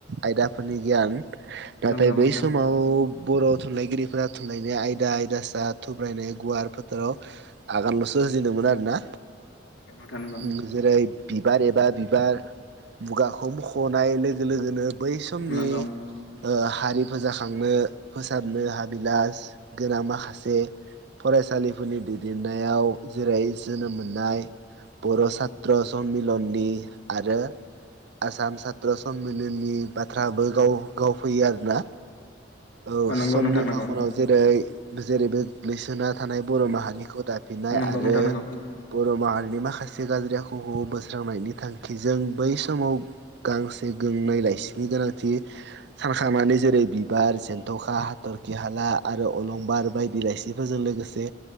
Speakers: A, on the right (about 65°); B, on the left (about 80°).
A: आयदाफोरनि गियान नाथाय
B: नोंगौ नोंथां
A: बै समाव
B: नोंगौ
A: बर' थुनलाइगिरिफोरा थुनलाइनि आयदा आयदासा थुब्रायनाय गुवार फोथाराव आगानल'सो होजेनदोंमोन आरोना
B: नोंगौ नोंगौ
A: उम जेरै बिबार एबा बिबार मुगाखौ मख'नाय लोगो लोगोनो बै समनि
B: नंगौ
A: ओ हारि फोजाखांनो फोसाबनो हाबिलास गोनां माखासे फरायसालिफोरनि दैदेननायाव जेरै जोनोम मोननाय बर' सात्र समिलननि आरो आसाम सात्र सनमिलननि बाथ्राबो गाव गावफैयो आरोना औ
B: नोंगौ
A: समनि
B: नोंथां नोंगौ
A: फाखनाव जेरै जेरै बे गोग्लैसोना थानाय बर' माहारिखौ दा फिनाय
B: नोंगौ
A: आरो
B: नोंगौ नोंथां नोंगौ नोंथां नोंगौ नोंगौ
A: बर माहारिनि माखासे गाज्रि आखुखौ बोस्रांनायनि थांखिजों बै समाव गांसे गोंनै लाइसि नि गोनांथि सानखांमनानै जेरै बिबार जेन्थ'खा हाथर खि हाला आरो अलंबार बायदि लाइसिफोरजों लोगोसे